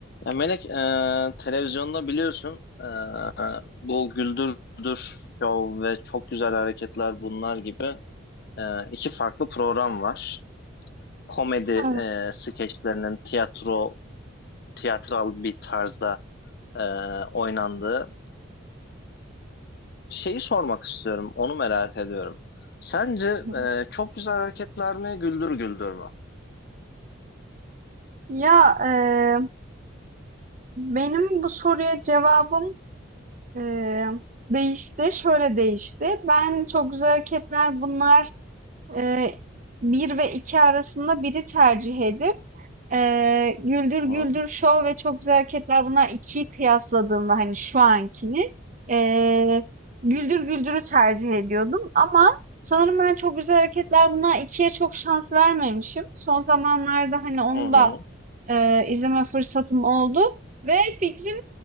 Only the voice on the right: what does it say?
Evet,
hı hı.
Ya eee, benim bu soruya cevabım eee, değişti. Şöyle değişti. Ben çok güzel hareketler bunlar eee, bir ve iki arasında biri tercih edip eee, Güldür Güldür
Show ve çok güzel hareketler bunlar ikiyi kıyasladığımda hani şu ankini eee, Güldür Güldür'ü tercih ediyordum ama sanırım ben çok güzel hareketler bunlar ikiye çok şans vermemişim. Son zamanlarda hani onu
da eee, izleme fırsatım oldu ve fikrim